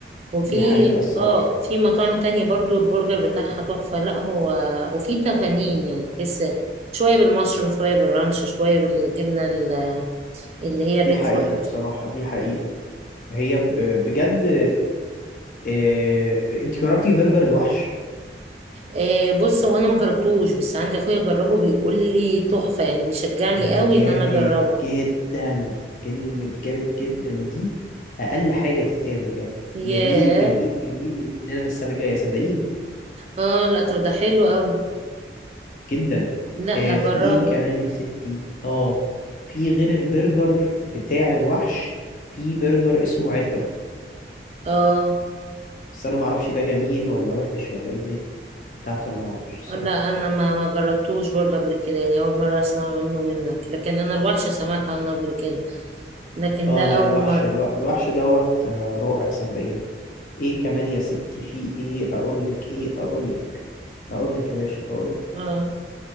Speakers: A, on the right (about 35°); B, on the left (about 45°).
A: وفي
B: دي حقيقه الصراحه
A: اه في مطاعم تانية برضو البرجر بتاعها تحفة لا هو وفي تفانين يعني تحس شوية بالمشروم شوية بالرانش شوية بالجبنة ال- اللي هي الريكفورد
B: دي حقيقة بصراحة دي حقيقة هي ب- بجد آه، انت جربتي برجر الوحش
A: آه بص هو انا ما جربتوش بس عندي اخويا جربه بيقول لي تحفة يعني بيشجعني
B: ده
A: قوي
B: جامد
A: ان انا اجربه
B: جدا كلمة جامد جدا دي أقل حاجة تتقال بجد جميل
A: ياه
B: جميل جميل من هنا للسنة الجاية صدقيني
A: اه لا طب ده حلو قوي
B: جدا
A: لا
B: آه،
A: اجربه
B: في ايه كمان يا ستي اه في غير البرجر بتاع الوحش في برجر اسمه عترة
A: اه
B: بس أنا معرفش ده جميل ولا وحش ولا ايه الدنيا بتاعته أنا معرفش الصراحة
A: لا انا ما ما جربتوش برضه قبل كده يعني اول مره اسمع منه منك لكن انا الوحشه سمعت عنه قبل كده لكن
B: اه
A: ده
B: لا
A: اول
B: الوحش
A: مره
B: الو... الوحش دوت آه، رائع صدقيني ايه كمان يا ستي في ايه اقولك ايه اقولك اقولك يا باشا اقولك
A: اه